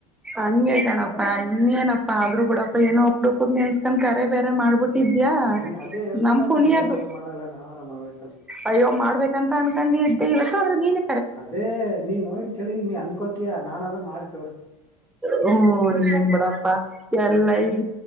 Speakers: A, in the centre; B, on the left.
A: ಅಂದ. ಪ್ಪಾ ಇನ್ನೇನಪ್ಪಾ ಆದ್ರೂ. ಬಿಡಪ್ಪ ಏೋ ಒಪ್ಪುೊಪ್ಪ ನೆನ್ಸ್ಕೊಂಡ ಕರೆ ಬೇರೆ ಮಾಡಬಟ್ಟು ಇದ್ಯಾ
B: ನೀ ಅದೇ ಹೇಳ್ತೀನಲ್ಲ
A: ನಮ ಪುಣ್ಯದು
B: ನೀವಂತೂ ಮಾಡಲ್ಲ ನಾವಾರ ಮಾಡ್ಬೇಕಲ್ಲ
A: ಅಯ್ಯೋ ಮಾಡ್ಬೇಕಂತ ಅನ್ಕೊಂಡ ಇದ್ದೆ ಇವತ್ತು. ಹೌ ನೀನು
B: ಅದೇ ನೀನ್ ನೋಲ್ ಕೇಳಿಲ್ ನೀ ಅನ್ಕೋತೀಯಾ ನನ್ ಅದನ್ ಮಾಡ್ತ.
A: ಹ್ಮ್ ನಿ ಬಡ. ಾ ಎಲ್ಲ ಈ